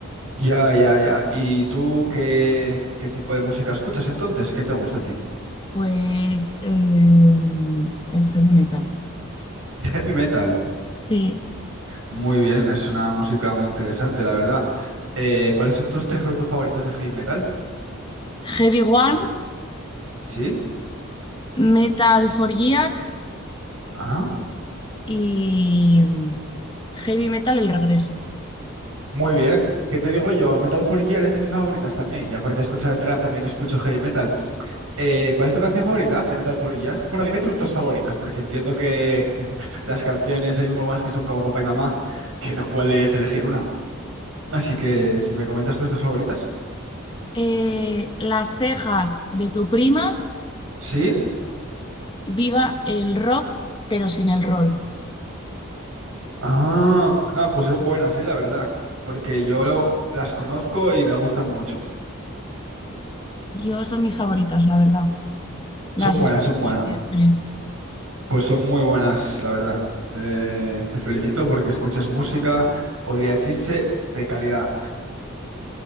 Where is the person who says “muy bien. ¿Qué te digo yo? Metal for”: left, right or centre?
Right